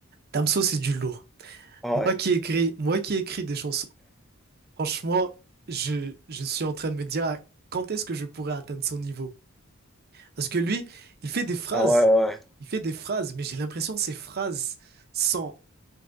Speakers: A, on the right (about 45°); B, in the centre.
A: Damso, c'est du lourd.
B: Ah
A: Moi
B: Ouais,
A: qui écris, moi qui écris des chansons, franchement, je, je suis en train de me dire ah, quand est-ce que je pourrais atteindre son niveau? Parce que lui, il fait des phrases,
B: ah ouais, ouais, ouais.
A: il fait des phrases, mais j'ai l'impression que ces phrases sont